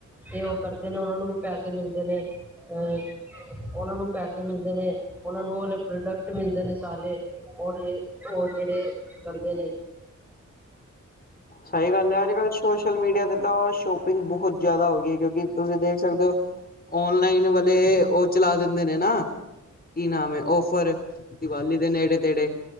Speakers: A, in the centre; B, on the left.
A: ਤੇ ਉਹ ਕਰਦੇ ਨੇ ਉਹਨਾਂ ਨੂੰ ਵੀ ਪੈਸੇ ਮਿਲਦੇ ਨੇ ਅਹ ਉਹਨਾਂ ਨੂੰ ਪੈਸੇ ਮਿਲਦੇ ਨੇ ਉਹਨਾਂ ਨੂੰ ਉਹ ਹੇ ਪ੍ਰੋਡਕਟ ਮਿਲਦੇ ਨੇ ਸਾਰੇ ਉਹ ਜਿਹੜੇ ਕਰਦੇ ਨੇ।
B: ਸਹੀ ਗੱਲ ਹੈ ਅੱਜ ਕੱਲ੍ਹ ਸੋਸ਼ਲ ਮੀਡੀਆ ਤੇ ਤਾਂ ਸ਼ੋਪਿੰਗ ਬਹੁਤ ਜ਼ਿਆਦਾ ਹੋ ਗਈ ਹੈ ਕਿਉਂਕਿ ਤੁਸੀਂ ਦੇਖ ਸਕਦੇ ਹੋ ਓਨਲਾਈਨ ਵਾਲੇ ਉਹ ਚਲਾ ਦਿੰਦੇ ਨੇ ਨਾ ਕਿ ਨਾਮ ਹੈ? ਔਫਰ, ਦੀਵਾਲੀ ਦੇ ਨੇੜੇ- ਤੇੜੇ